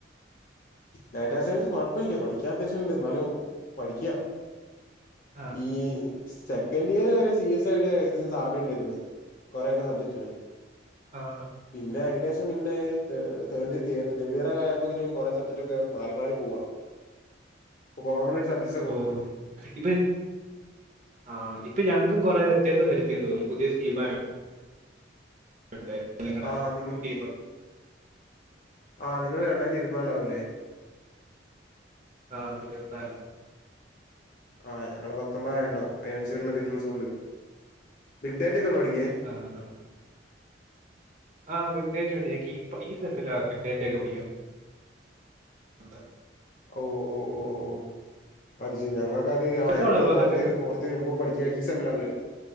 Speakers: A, on the left; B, on the right.
A: ഡാറ്റാ സയൻസ് കുഴപ്പില്ല പഠിക്കാൻ അത്യാവശ്യം ഇണ്ട് എന്നാലും പഠിക്കാം
B: ആ
A: ഈ സെക്കൻഡ് ഇയർ വരെ സി എസ് ടെ സാമ്യം ണ്ടെര്ന്നു കൊറെയൊക്കെ സബ്ജക്ട്കളെ
B: ആഹ്
A: പിന്നെ അതിന് ശേഷം പിന്നെ തേ തേഡ് തിയറ്റ് തേഡ് ഇയറൊക്കെ ആയപ്പോത്തിന് കുറെ സബ്ജക്ട് ഒക്കെ മാറി മാറി പോവാ. ഇപ്പ കോമണായിട്ട് സഡിസ്
B: ഓ ഇപ്പ ആ ഇപ്പൊ ഞങ്ങൾക്ക് കൊറേ വ്യത്യാസം വരുത്തിയെന്ന് തോന്നുന്നു പുതിയ സ്കീം ആയ <unintelligible> ടാ
A: ആ
B: സ്‌കീമ്
A: നി ആ നിങ്ങള് രണ്ടായിരത്തി ഇരുപത്തിനാലാവൂല്ലേ
B: ആ ഇരുപത്തിനാലിലെ
A: ആ ഞങ്ങള് പത്തൊമ്പതായേണ്ടാവും. അതിനനുസരിച്ചുള്ള ഡിഫറൻസ് ഉണ്ട്. ഡി ഗ് ടാറ്റ് ചെയ്തതാണോ പഠിക്കാൻ
B: ആ ഹ് ആഹ് ആ ബിഗ്ഡേറ്റ് വേണ്ടി ഞങ്ങക്കീ ഈ സെമ്മിലാ ആ ബിഗ് ഡേറ്റൊക്കെ പഠിക്കാ ഉണ്ട്
A: ഓ ഓ ഓ ഓ ഓ പഠിച്ചു. ഞങ്ങൾക്കത് ആ
B: എളുപ്പമാണോ
A: ഞങ്ങക്കത്
B: ബ്രോ അതൊക്കെ
A: ഫോർത്തിയറ് ഫോർത്ത് ഞങ്ങക്കും ഈ സെമ്മിലാ ഒള്ളേ